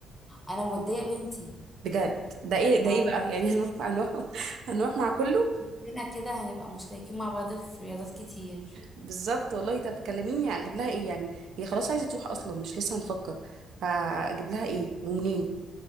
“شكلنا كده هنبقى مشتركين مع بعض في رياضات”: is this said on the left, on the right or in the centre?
Centre